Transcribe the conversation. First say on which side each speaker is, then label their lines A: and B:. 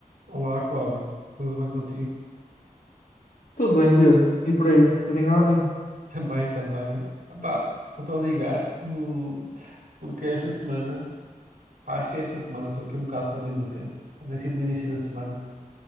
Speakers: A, on the right; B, on the left.
A: Olá, Cláudio. Tudo bem contigo?
B: Tudo bem, Diogo? E por aí? Tudo em ordem?
A: <laughs> Também, também. Epá, estou a ligar no... porque esta semana, pá, acho que é esta semana, estou aqui um bocado perdido no tempo. Deve ter sido no início da semana.